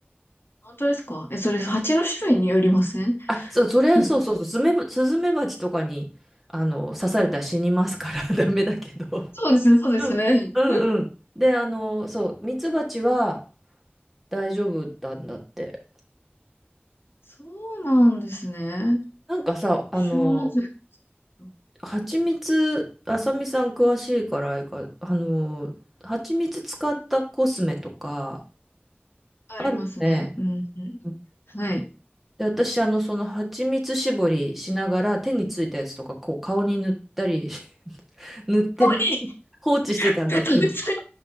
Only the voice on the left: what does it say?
本当ですかえ、それ、蜂の種類によりません <laughs>
そうですね、そうですね。
<laughs>
そうなんですね。
知らなかった。
ありますね。
うん、うん。
はい。
顔に、
ベタベタに、